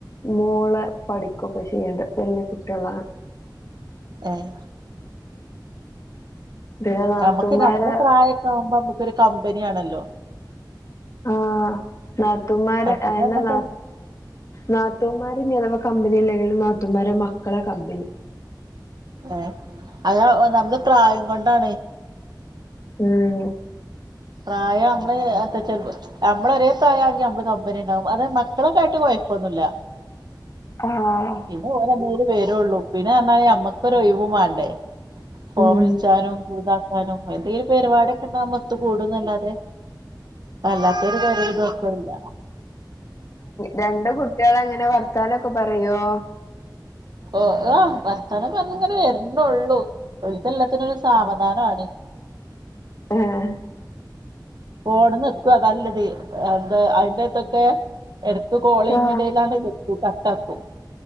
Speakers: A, on the left; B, on the right.
A: മോള പഠിക്കുകൊക്കെ ചെയ്യണ്ട് വലിയ കുട്ടികളാണ്
B: ആഹ
A: പിന്നെ നാത്തൂമാരെ
B: നമുക്ക് നമ്മള പ്രായൊക്കെ ആവുമ്പോ നമ്മുക്കരു കമ്പനി ആണല്ലോ
A: ആഹ നാത്തൂമാർ
B: മറ്റത്
A: അതെന്ന
B: നമ്മക്ക്
A: ന നാത്തൂന്മാര ധവാ കമ്പനി അല്ലെങ്കിലും നാത്തൂന്മാര മക്കളാ കമ്പനി
B: ഏ അത നമ്മള് പ്രായം കൊണ്ടാണ്
A: ഉം
B: പ്രായം നമ്മള് അത്ര ചെർപ്പ നമ്മള ഒരേ പ്രായം ആണെങ്കി നമ്മള് കമ്പനി ഉണ്ടാവും അത് മക്കളക്ക ആയിട്ട് കുഴപ്പമൊന്നുമില്ല
A: ആഹ
B: പിന്നെ ഓരന്തര് വരുള്ളൂ പിന്നെ പറാല് നമ്മുക്കൊ ഒഴിവ് വേണ്ടേ ഫ
A: ഉം
B: വിളിച്ചാനും കൂതാ ക എന്തെങ്കിലും പരുപാടൊക്കെണ്ട മൊത്തത്ത് കൂടുംല്ലാതെ അല്ലാത്തരു പ ഇത ശല്ല
A: രണ്ടു കുട്ടികള എങ്ങനെ വർത്താനൊക്കെ പറയോ
B: ഓ ആ് വർത്തനം പറഞ്ഞങ്ങനെ വരണ്ടള്ളൂ ഒളിച്ചല്ലാത്തിനരു സാവധാനമാണ്
A: ആഹ
B: ഫോൺ നെക്കും അതാ ഇല്ലത് എന്താ അതിന്റെറത്തൊക്കെ എടത്ത് കോൾചെയ്യുന്നതിന്റെ
A: ആ
B: ഇടയിൽആണ്ടു നെക്കും കട്ട ആക്കും